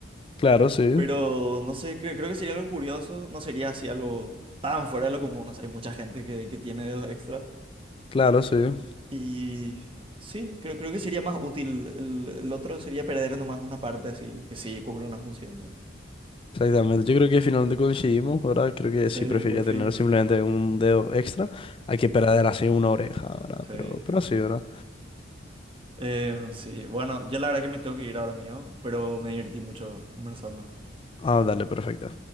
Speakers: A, on the left; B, on the right.
A: Claro, sí.
B: Pero no sé, cre- creo que sería algo curioso, no sería así algo tan fuera de lo común. O sea, hay mucha gente que, que tiene dedos extra.
A: Claro, sí.
B: Y sí, creo, creo que sería más útil. El, el otro sería perder nomás una parte así, que sí, cumple una función ya.
A: Exactamente, yo creo que finalmente coincidimos, ¿verdad? Creo que
B: Sí,
A: sí preferiría
B: por fin.
A: tener simplemente
B: <laughs>
A: un dedo extra a que perder así una oreja, ¿verdad?
B: Sí.
A: Pero, pero así, ¿verdad?
B: Em, sí, bueno, yo la verdad que me tengo que ir ahora mío, pero me divertí mucho conversando.
A: Ah, dale, perfecto.